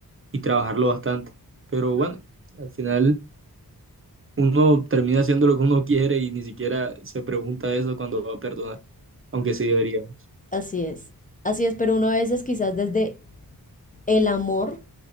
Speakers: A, on the right; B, on the left.
A: y trabajarlo bastante. Pero bueno, al final uno termina haciendo lo que uno quiere y ni siquiera se pregunta eso cuando va a perdonar, aunque sí deberíamos.
B: Así es, así es, pero uno a veces quizás desde el amor,